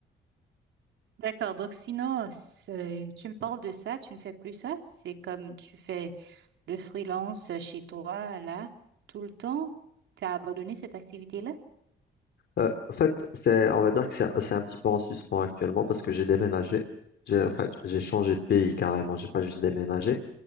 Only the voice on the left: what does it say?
Euh, en fait, c'est, on va dire que c'est c'est un petit peu en suspens actuellement parce que j'ai déménagé. J'ai, en fait, j'ai changé de pays carrément. J'ai pas juste déménagé.